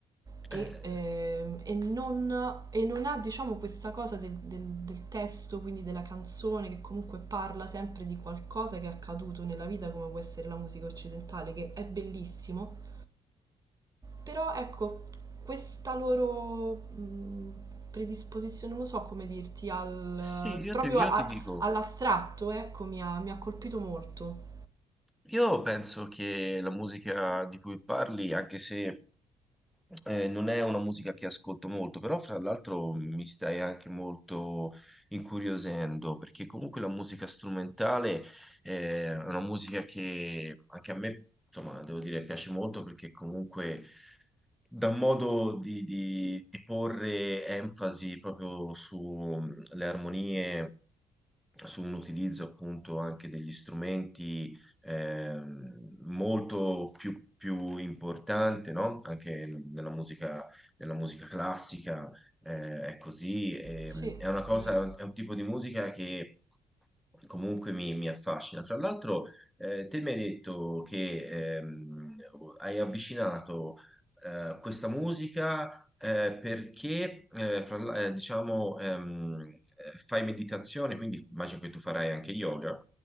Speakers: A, on the right; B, in the centre.
A: e,
B: Eh,
A: ehm, e non, e non ha diciamo questa cosa del, del- del testo, quindi della canzone che comunque parla sempre di qualcosa che è accaduto nella vita come può essere la musica occidentale, che è bellissimo però ecco, questa loro mh, predisposizione, non so come dirti, al,
B: sì, io
A: proprio
B: ti, io
A: a-
B: ti dico,
A: all'astratto, ecco, mi ha, mi ha colpito molto.
B: io penso che la musica di cui parli, anche se eh, non è una musica che ascolto molto, però fra l'altro mi stai anche molto incuriosendo, perché comunque la musica strumentale eh, è una musica che anche a me, insomma, devo dire, piace molto perché comunque da un modo di, di- di porre enfasi proprio sulle armonie, su un utilizzo appunto anche degli strumenti ehm, molto più, più importante, no? Anche nella musica, nella musica classica eh, è così. ehm,
A: Sì,
B: è una cosa,
A: vero.
B: è un tipo di musica che comunque mi, mi affascina. Fra l'altro, eh, te mi hai detto che ehm, hai avvicinato eh, questa musica eh, perché eh, fra l- eh, diciamo ehm, eh, fai meditazione, quindi immagino che tu farai anche yoga.